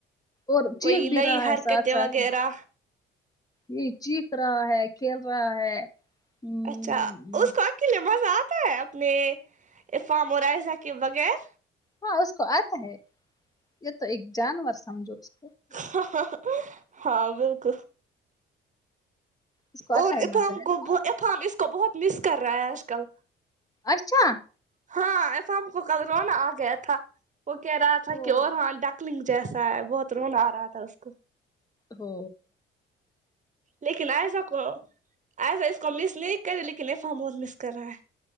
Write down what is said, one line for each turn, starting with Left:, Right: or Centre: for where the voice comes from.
Left: اور
Right: کوئی
Left: چیخ بھی
Right: نئی
Left: رہا
Right: حرکتیں
Left: ہے ساتھ ساتھ
Right: وغیرہ
Left: یہ چیخ رہا ہے کھیل رہا ہے ہ
Right: اچھا اس کو اکیلے مزہ آتا ہے اپنے افام اور عائزہ کے بغیر
Left: ہاں اس کو آتا ہے یہ تو ایک جانور سمجھو اسکو
Right: ه ه ہاں بالکل
Left: اس کو آتا
Right: اور
Left: ہے
Right: افام
Left: مزہ ہے
Right: کو
Left: نا
Right: افام اس کو بہت مس کر رہا ہے آج کل
Left: اچھا
Right: ہاں افام کو کل رونا آ گیا تھا وہ کہہ رہا تھا
Left: ہو
Right: کہ اور ہان ڈکلنگ جیسا ہے بہت رونا آ رہا تھا اس کو
Left: ھو
Right: لیکن عائزہ کو عا ئزہ اس کو مس نہیں کررہی لیکن افا م بہت مس کر رہا ہے